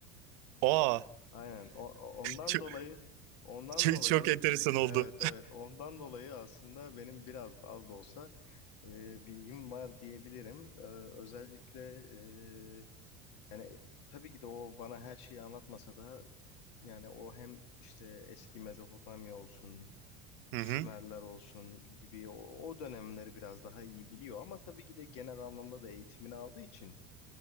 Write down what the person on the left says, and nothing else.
Aynen. O, o- ondan
dolayı ondan
dolayı
evet evet ondan dolayı aslında benim biraz da az da olsa ee, bilgim var diyebilirim. Ee, özellikle ee, yani e, tabii ki de o bana her şeyi anlatmasa da Yani o hem işte eski Mezopotamya olsun,
Sümerler
olsun gibi o, o dönemleri biraz daha iyi biliyor ama tabii ki de genel anlamda da eğitimini aldığı için